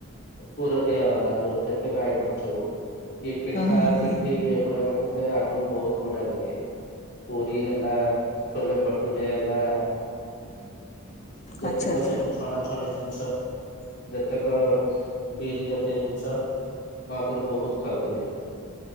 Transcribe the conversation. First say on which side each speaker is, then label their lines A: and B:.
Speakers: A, on the left; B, on the left.
A: ପୁର ଦିଆ ବାଲା ଯୋଉ ଯେତେକ ଆଇଟମ ସବୁ କି ପିଠା
B: ହୁଁ ହୁଁ ହୁଁ
A: ପିଠି, ଏଗୁଡାକ ମ ମତେ ଆଗରୁ ବହୁତ ବଢିଆ ଲାଗେ। ପୁରୀ ହେଲା, ଛୋଲେ ବଟୁରୀ ହେଲା। ଯେତେକ
B: ଆଚ୍ଛା ଆଚ୍ଛା।
A: ସବୁ ଛଣାଛଣି ଜିନିଷ। ଯେତେକ ବିରି ଜାତୀୟ ଜିନିଷ। ମୁଁ ଆଗରୁ ବହୁତ ଖାଉଥିଲ।